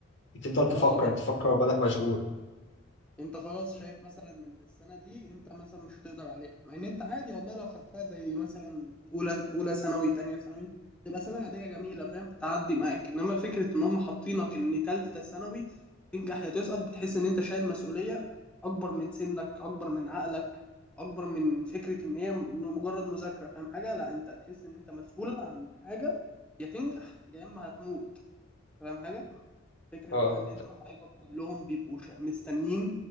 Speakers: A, on the left; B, in the centre.
A: بتفضل
B: اه
A: تفكر تفكر وبالك مشغول
B: انت خلاص شايف مثلا ان السنه دي انت مثلا مش هتقدر عليها مع ان انت عادي والله لو خدتها زي مثلا اولى اولى ثانوي تانية ثانوي تبقى سنه عاديه جميله فاهم تعدي معاك انما فكره ان هم حاطينك ان تالتة ثانوي تنجح يا تسقط بتحس ان انت شايل مسؤوليه اكبر من سنك اكبر من عقلك اكبر من فكره ان هي م- مجرد مذاكره فاهم حاجه لا انت هتحس ان انت مسؤول عن حاجه يا تنجح يا اما هتموت فاهم حاجه فكرة
A: اه
B: بقى ان انت قرايبك كلهم بيبقوا شا- مستنيين